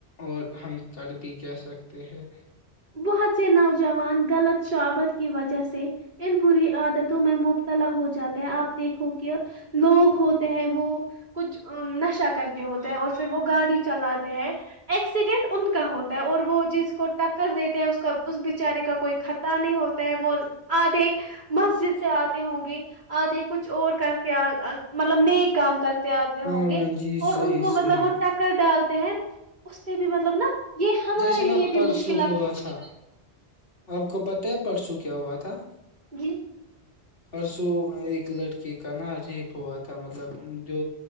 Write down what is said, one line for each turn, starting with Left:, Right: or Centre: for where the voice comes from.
Left: اور ہم کر بھی کہہ سکتے ہیں
Right: بہت سے نوجوان غلط شعابت کی وجہ سے ان بری عادتوں میں مبتلا ہو جاتے آپ دیکھو کہ لوگ ہوتے ہیں وہ کچھ نشہ کر کے ہوتے ہیں اور پھر وہ گاڑی چلاتے ہیں ایکسیڈینٹ ان کا ہوتا ہے اور وہ جس کو ٹکر دیتے ہیں اس کا اس بچارے کا کوئی خطرہ نہیں ہوتا ہے وہ آدے مسجد سے آتے ہوں گے آدھے کچھ اور کر کے مطلب نئے کام کر آتے ہوں
Left: ہاں
Right: گے
Left: جی
Right: اور
Left: صحیح
Right: ان کو مطلب
Left: صحیح
Right: وہ ٹکر ڈالتے ہیں اس پہ بھی مطلب نا یہ ہمارے
Left: جیسے
Right: لیے
Left: نا
Right: بھی
Left: پرسوں
Right: مشکل
Left: ہوا تھا آپ کو پتا ہے پرسو کیا ہوا ک تھاا
Right: جی
Left: پرسوں ایک لڑکی کا نا ریپ ہوا تھا مطلب جو